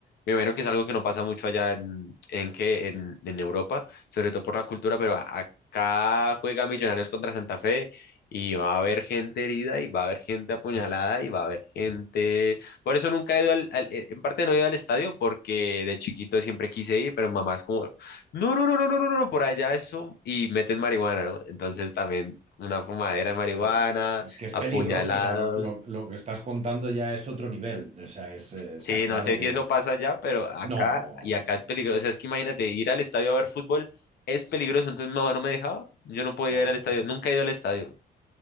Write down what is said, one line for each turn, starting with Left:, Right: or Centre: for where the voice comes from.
Left: me imagino que es algo que no pasa mucho allá en, en, ¿qué? en, en Europa, sobre todo por la cultura, pero a- acá juega Millonarios contra Santa Fe. Y va a haber gente herida, y va a haber gente apuñalada, y va a haber gente por eso nunca he ido al, al- eh, en parte no he ido al estadio porque de chiquito siempre quise ir, pero mamá es como, no, no, no, no, no, no, no, no, por allá eso y meten marihuana, ¿no? Entonces también una fumadera de marihuana,
Right: Eh, Es que es
Left: apuñalados.
Right: peligroso, o sea, lo, lo- lo que estás contando ya es otro nivel, o sea, es, eh,
Left: Sí,
Right: está claro
Left: no sé
Right: que...
Left: si eso pasa allá, pero acá
Right: No,
Left: y acá
Right: no,
Left: es peligroso. O sea, es que imagínate, ir al estadio a ver fútbol es peligroso. Entonces mi mamá no me dejaba, yo no podía
Right: no,
Left: ir al
Right: no,
Left: estadio, nunca he ido al estadio.